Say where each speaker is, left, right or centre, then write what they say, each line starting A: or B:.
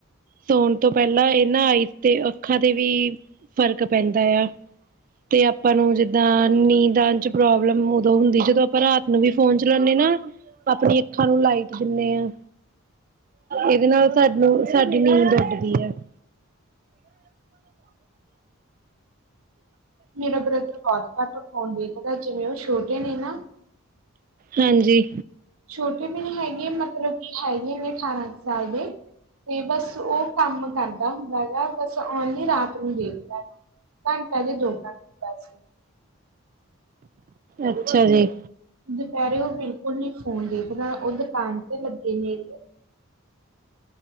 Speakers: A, on the right; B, on the right.
A: ਸੌਣ ਤੋਂ ਪਹਿਲਾਂ ਇਹ ਨਾ ਆਈਸ ਤੇ ਅੱਖਾਂ ਤੇ ਵੀ, ਫ਼ਰਕ ਪੈਂਦਾ ਆ। ਤੇ ਆਪਾਂ ਨੂੰ ਜਿੱਦ ਆ ਨੀਂਦ ਚ ਪ੍ਰੋਬਲਮ ਓਦੋਂ ਹੁੰਦੀ, ਜਦੋਂ ਆਪਾਂ ਰਾਤ ਨੂੰ ਵੀ ਫੋਨ ਚਲਾਣੇ ਨਾਂ ਆਪਣੀ ਅੱਖਾਂ ਨੂੰ ਲਾਈਟ ਦਿੰਣੇ ਆਂ,
B: ਹਾਂਜੀ।
A: ਏਦੇ ਨਾਲ ਸਾਨੂੰ ਸਾਡੀ ਨੀਂਦ ਉੱਡਦੀ ਆ। <inaudible>
B: ਮੇਰਾ ਬ੍ਰਦਰ ਬੋਤ ਘੱਟ ਫੋਨ ਦੇੇਖਦਾ, ਜਿਵੇਂ ਓ ਛੋਟੇ ਨੇ ਨਾਂ
A: ਹਾਂਜੀ।
B: ਛੋਟੇ ਵੀ ਨੀਂ ਹੈਗੇ, ਮਤਲਬ ਕਿ ਹੈਗੇ ਨੇ ਅਠਾਰਾਂ ਕ ਸਾਲ ਦੇ ਤੇ ਬਸ ਓ ਕੰਮ ਕਰਦਾ ਹੁੰਦਾ ਏਗਾ, ਬਸ ਓਨਲੀ ਰਾਤ ਨੂੰ ਦੇਖ ਘੰਟਾ ਜਾਂ ਦੋ? ਘੰਟੇ ਬਸ
A: ਅੱਛਾ ਜੀ।
B: ਦੁਪਹਿਰੇ ਓ ਬਿਲਕੁਲ ਨੀਂ ਫੋਨ ਦੇਖਦਾ, ਓ ਦੁਕਾਨ ਤੇ ਲੱਗੇ ਨੇ।